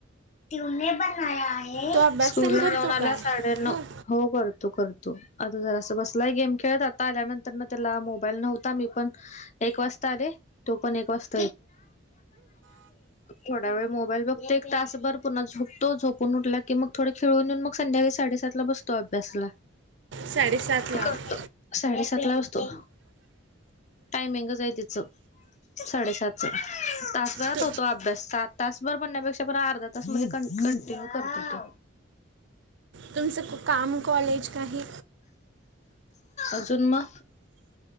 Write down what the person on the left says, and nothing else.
टे पण आहे
स्कूल
ला
जाऊन आला
साडेनऊ
हो करतो करतो आता जरा अस बसलाही गेम खेळत आता आल्यानंतर न त्याला मोबाईल नव्हता मी पण एक वाजता रे तो पण एक वाजता. थोडा वेळ मोबाईल फघत एक तासभर पुन्हा झोपतो झोपून उल्या की मग थोडं खळून येऊ मग संध्याकाळी साडेसात ला बसतो अभ्यासला.
करतो साडेसात ला वाजतो टायमिंगच आहे तिचं साडेसात तासभरात
होतो अभ्यास सात तासभर बण्यापेक्षा अर्ध तस म्हणजे कंटिन्यू करतो त.
अजुूनमा